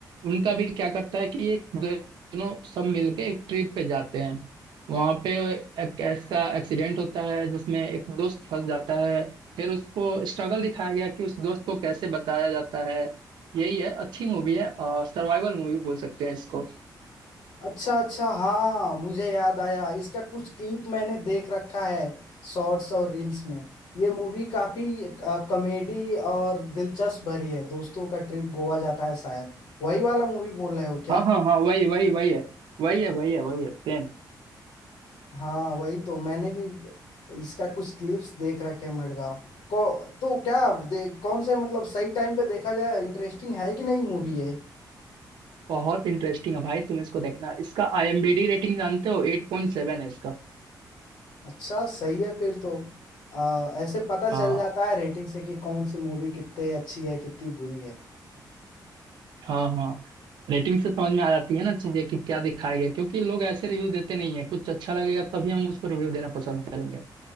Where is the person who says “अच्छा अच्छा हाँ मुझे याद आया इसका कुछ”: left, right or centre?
Left